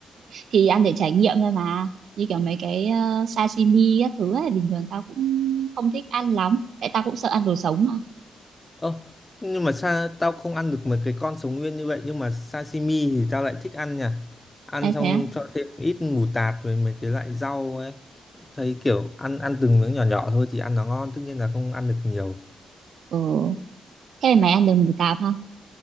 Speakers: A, on the right (about 75°); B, on the left (about 20°).
A: thì ăn để trải nghiệm thôi mà như kiểu mấy cái ờ, sashimi các thứ ấy bình thường tao cũng không thích ăn lắm tại tao cũng sợ ăn đồ sống mà
B: ơ nhưng mà sao tao không ăn được mấy cái con sống nguyên như vậy nhưng mà sashimi thì tao lại thích ăn nhỉ ăn
A: em
B: xong
A: thế á?
B: cho thêm ít mù tạt với mấy cái loại rau ấy thấy kiểu ăn ăn từng miếng nhỏ nhỏ thôi thì ăn nó ngon tất nhiên là không ăn được nhiều
A: ừ thế mày ăn được mù tạt ha